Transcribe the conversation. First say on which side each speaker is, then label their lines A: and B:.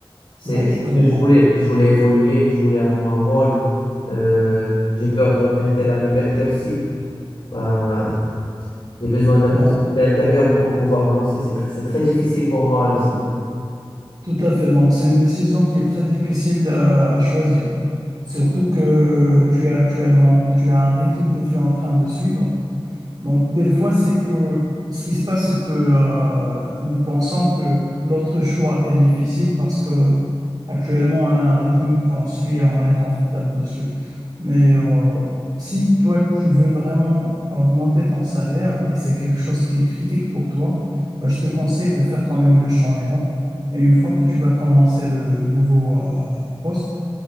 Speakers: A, on the left; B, on the right.
A: C'est
B: Ben, je
A: c'est
B: comprends.
A: ce que je voulais. Je voulais évoluer, je voulais avoir un rôle. Euh, j'ai peur de regretter la liberté aussi. Ben, j'ai besoin d'un
B: Ben,
A: peu de liberté intérieure pour pouvoir me lancer. C'est tr- c'est très difficile pour moi à l'instant.
B: tout à fait. Donc, c'est une décision qui est très difficile à, à choisir. Surtout que tu es actuellement, tu as un rythme que tu es en train de suivre. Donc, des fois, c'est que ce qui se passe, c'est que euh, nous pensons que l'autre choix est difficile parce que actuellement, on a un rythme qu'on suit et on est confortable dessus. Mais euh, si toi, tu veux vraiment augmenter ton salaire et c'est quelque chose qui est critique pour toi, ben, je te conseille de faire quand même le changement. Et une fois que tu vas commencer le nouveau euh, poste,